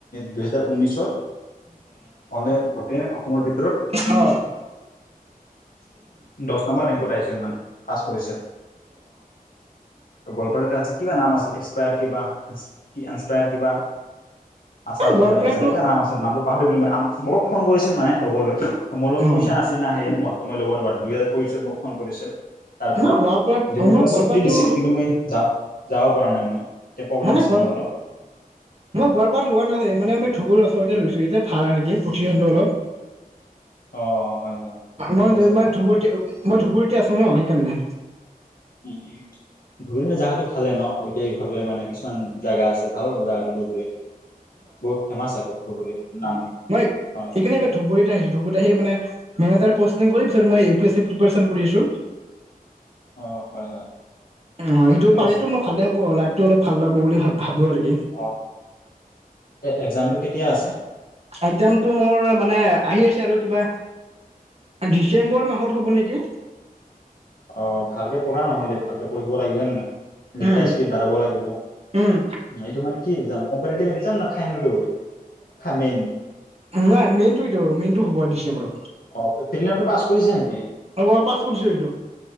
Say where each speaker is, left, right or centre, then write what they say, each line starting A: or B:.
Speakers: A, on the left; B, on the right.
A: দুহেজাৰ ঊনশত অলে গোটে অসমৰ ভিতৰত।
B: অ।
A: দস নাম্বাৰ। গল্প। কিবা নাম আছিলসাৰ কিবা এায়াৰ কিবা।
B: অ
A: আাম কাম
B: গোৱালপাৰাতো
A: কিবা নাম আছিল নামটো পাহৰি গলো মোক ফোন কৰিছিল মানে ল'বলৈ। মলত
B: অ
A: পইচাছিলা সেই সময়তো মই ল'ব নোৱাৰো দুহজাৰৈশছত মোক ফোন কৰিছে। তাৰ
B: ন
A: পৰা
B: গোৱালপাৰাত
A: ধিমকেলা
B: মই গোৱালপাৰাতো
A: চক দিছিল কিন্তু মই যা যাব পৰা নাই মই। এতিয়া প্ৰব্লেম
B: মানে
A: আছিল
B: গৰ
A: মোৰ
B: অ
A: অলপ
B: মই গৰপাত লোৱা নাছিল মানে মই ধুবুৰ আছো। লৈছো এতিয়া ভাল আৰুক প্ৰতি অলপ।
A: অ হয় হয় ঠিক
B: মই
A: আছে ভালে
B: ধুবুৰত মই ধুবুৰীত আছো ন। কেনে।
A: উম উম। ধুবুৰি ন জাগহটো ভালে ন ঐতিহাসিক ভাবে মানে কিছুমান জেগা আছে ভাল জেগাটো ধুবুৰি বহুত ফেমছ আৰু নামটো
B: উ মই
A: হয়
B: সেইকাৰিনে এইবাৰ ধুবুৰীত আহিছো ধুবুৰীত আহি মানে মেনেজাৰ। পোষ্টিং কৰি মই U P S C preparation কৰি আছো
A: অ হয় হয়।
B: অ সেইটো
A: ঠিক
B: পাৰো
A: আছে
B: মই ভালে হ'ব লাইফতটো অলপ ভাল লাগব বুলি ভ ভাবো আৰু। কি
A: অ এক্জামটো কেতিয়া আছে।
B: একজামতটো মোৰ মানে আহি আছে আৰু কিবা। ডিচেম্বৰ মাহত হ'ব নেকি।
A: অ ভালকে পঢ়া নহ'লে দেই ভালকে পঢ়িব লাগিবে নাই। লিখা
B: উম
A: স্পীড বাঢ়াব লাগিব
B: উম
A: এইটো মানে কি এক্জাম। এক ন ফাইনেল মেইন।
B: নাই মেইনটোটো মেইনতটো হ'ব ডিচেম্বৰত।
A: অ ফৰিিলামটো পাছ কৰিছে নেকি।
B: অ মই পাছ কৰিছো এইটো